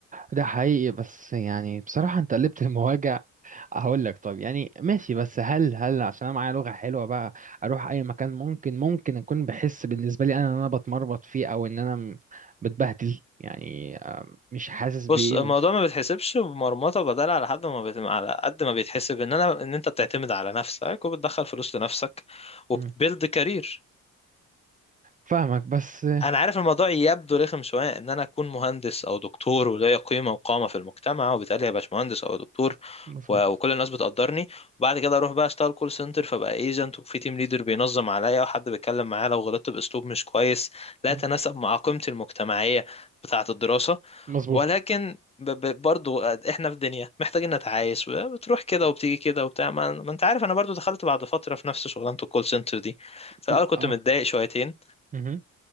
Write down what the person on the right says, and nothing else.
ده حقيقي بس يعني بصراحه انت قلبت <laughs> المواجع هقول لك طب يعني ماشي بس هل هل عشان انا معايا لغة حلوة بقى اروح اي مكان ممكن ممكن اكون بحس بالنسبة لي انا ان انا بتمربط فيه او ان انا م- بتبهدل يعني آم، مش حاسس بايه
مش-
مم.
فاهمك بس
مظبوط
مم.
مظبوط
ال-
اه
مهم.